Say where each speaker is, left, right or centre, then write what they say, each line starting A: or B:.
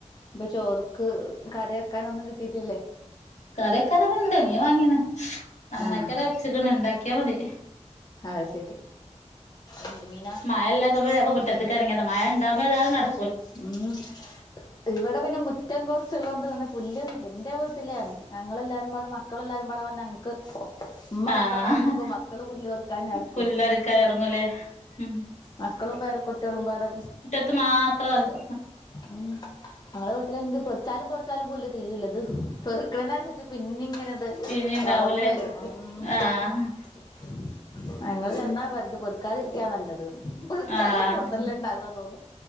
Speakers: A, on the left; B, on the left.
A: ഇപ്പൊ ചോർക്ക് കറി വെക്കാനൊന്നും കിട്ടിട്ടില്ലേ
B: കറി വെക്കാനാടഇണ്ട് മീൻ വാങ്ങീന് നന്നാക്കിയടെ
A: ആഹ്
B: വെച്ചക്കണ് ഇണ്ടാക്കിയാ മതി
A: അഹ് ശരി എന്ത് മീനാ
B: മഴല്ലാത്തപ്പോ വേഗം മുറ്റത്തിക്ക് എറങ്ങിയതാ മഴ ഇണ്ടാവുമ്പോ ഏതായാലുംനട
A: ഉം ഇവിടെ പിന്നെ മു റ്റം കൊറച്ചുള്ളോണ്ട് അങ്ങനെ പുല്ലൊന്നൂല്ല ഇൻ്റെ വീട്ടിലാണ് ഞങ്ങളെല്ലാരും പാടെ മക്കളെല്ലാരും പാടെ വന്ന ഞങ്ങക്ക് ഉമ്മ
B: ആഹ്
A: അടുക്കള പണി എടുക്കും മക്കള് പുല്ല് പെറുക്കാനാക്കും
B: പുല്ലറിക്കാൻ എറങ്ങൂലേ ഉം
A: മക്കളും പേര കുട്ടികളും പാടെ
B: ഇത് മാത്രല്ലോ
A: ഉം ഞങ്ങളെ വീട്ടിലാണെങ്കിൽ പൊറിച്ചാലും പൊറിച്ചാലും പുല്ലു തീരില്ലത് പെറുക്കണ അനുസരിച്ച് പിന്നെ ഇങ്ങനെത്
B: പിന്നിം ഇണ്ടാവൂലേ
A: വളർന്ന് വരും ഉംഞങ്ങൾ
B: ആഹ്
A: ചെന്നാ പരത്ത് പൊ ക്കാതിരിക്കാ നല്ലത് പറിച്ചാലാ
B: ആഹ്
A: കൂടുതല് ഉണ്ടാവാ തോന്നുന്നു